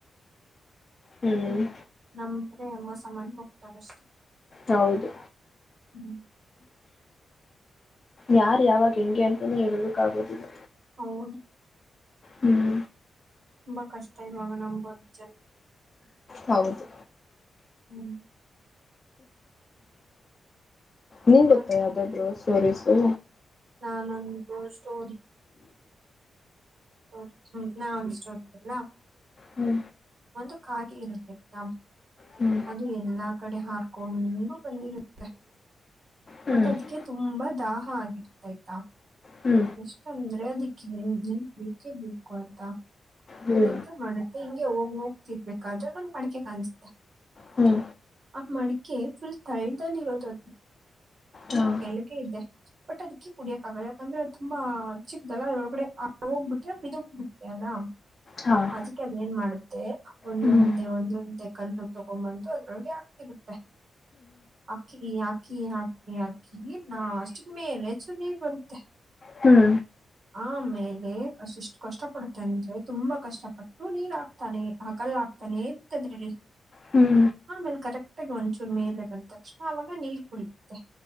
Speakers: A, on the left (about 45°); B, on the right (about 65°).
A: ಹ್ಮ್
B: ನಂದ್ರೆ ಮೋಸ ಮಾಡಿ ಹೋಗ್ತಾರಷ್ಟೆ
A: ಹೌದು
B: ಹ್ಮ್
A: ಯಾರ್ ಯಾವಾಗ ಹೆಂಗೆ ಅಂತಾನೇ ಹೇಳೊದುಕ್ಕೆ ಆಗೋದಿಲ್ಲ
B: ಹೌದು
A: ಹ್ಮ್
B: ತುಂಬಾ ಕಷ್ಟ ಈವಾಗ ನೋಂಬೋದು ಜನನ
A: ಹೌದು
B: ಹ್ಮ್
A: ನಿಂಗ್ ಗೊತ್ತಾ
B: ಮತ್
A: ಯಾವ್ದಾದ್ರು ಸ್ಟೋರೀಸು
B: ನಾನೊಂದು ತೋರಿ ಹ್ಮ್ ನನ್ ಒಂದ್ ಸ್ಟೋರಿ ಹೇಳಲಾ
A: ಹ್ಞೂ
B: ಒಂದ್ ಕಾಗೆ ಇರುತ್ತೆ ಆಯ್ತಾ
A: ಹ್ಞೂ
B: ಅದು ಎಲ್ಲಾ ಕಡೆ ಹಾರ್ಕೊಂಡು ಬಂದಿರುತ್ತೆ
A: ಹ್ಞೂ
B: ಬಟ್ ಅದಕ್ಕೆ ತುಂಬಾ ದಾ ಆಗಿತ್ ಆಯ್ತಾ
A: ಹ್ಞೂ
B: ಎಷ್ಟ ಅಂದ್ರೆ ಅದಿಕ್ಕೆ ನೀರ್ ಬೇಕೇ ಬೇಕು ಆಯ್ತಾ
A: ಹ್ಞೂ
B: ಎಂತ ಮಾಡುತ್ತೆ ಹಿಂಗೆ ಹೋಗಿ ನೋಡ್ತಿರಬೇಕು ಕಜ ಮಾಡಿಕೆ ಕಾಣಿಸತೆ
A: ಹ್ಞೂ
B: ಅ ಮಡಿಕೆ ಮಡಿಕೆ ಫುಲ್ ತಳ್ದಲ್ಲಿ ಇರೋದು ಫುಲ್
A: ಹಾಂ
B: ಕೆಳಗೆ ಇದೆ ಬಟ್ ಅದ್ಕ್ಕಿ ಕುಡಿಯಕ್ಕೆ ಆಗಲ್ಲ ಯಾಕಂದ್ರೆ ಅದು ತುಂಬಾ ಚಿಕ್ದಲ್ಲ ಅದ್ರೊಳಗಡೆ ಹೋಗ್ಬ ಬಿಟ್ರೆ ಬಿದೋಗಿ ಬಿಡ್ತೀಯಲ್ಲ
A: ಹಾಂ
B: ಅದಿಕ್ಕೆ ಅದ ಏನ್ ಮಾಡ ಒಂದೊಂದೆ
A: ಹ್ಞೂ
B: ಒಂದೊಂದೆ ಕಲ್ಲು ತಗೊಂಬಂತು ಅದ್ರೊಗೆ ಹಾಕಿರುತ್ತೆ ಹಾಕಿ ಹಾಕಿ ಹಾಕಿ ಹಾಕಿ ನಾ ಅಷ್ಟ ಮೇಲೆ ಚೂರು ನೀರ್ ಬರುತ್ತೆ
A: ಹ್ಞೂ ಹ್ಞೂ
B: ಆಮೇಲೆ ಅಷ್ಟಷ್ಟು ಕಷ್ಟ ಪಡುತ್ತೆ ಅಂದ್ರೆ ತುಂಬಾ ಕಷ್ಟಪಟ್ಟು ನೀರ್ ಹಾಕ್ತಾನೆ ಆ ಕಲ್ಲ ಹಾಕ್ತಾನೆ ಅದ್ರಲ್ಲಿ
A: ಹ್ಞೂ
B: ಆಮೇಲೆ ಕರೆಕ್ಟಗ ಒಂದಚೂರು ಮೇಲೆ ಬಂದ ತಕ್ಷಣ ಅವಾಗ ನೀರ್ ಕಕುಡಿಯುತ್ತೇ